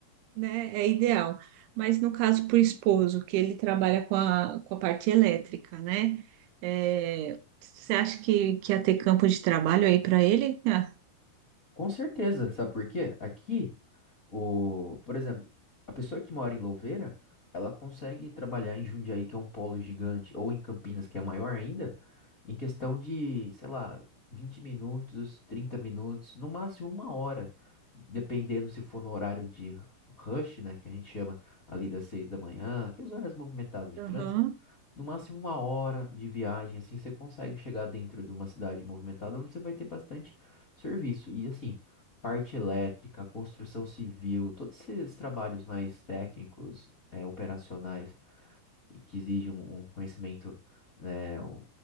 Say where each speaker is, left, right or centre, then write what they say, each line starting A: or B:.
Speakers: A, on the right (about 80°); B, on the left (about 40°).
A: né, é ideal. Mas no caso para o esposo, que ele trabalha com a, com a parte elétrica, né? É, você acha que, que ia ter campo de trabalho aí para ele? Ah,
B: Com certeza, sabe por quê? Aqui, o, por exemplo, a pessoa que mora em Louveira, ela consegue trabalhar em Jundiaí, que é um polo gigante, ou em Campinas, que é maior ainda, em questão de, sei lá, 20 minutos, 30 minutos, no máximo uma hora, dependendo se for no horário de rush, né, que a gente chama ali das 6 da manhã, aquelas horas movimentadas de
A: aham.
B: trânsito. No máximo uma hora de viagem, assim, você consegue chegar dentro de uma cidade movimentada onde você vai ter bastante serviço. E assim, parte elétrica, construção civil, todos esses trabalhos mais técnicos, é, operacionais, e que exigem um, um conhecimento, né, um-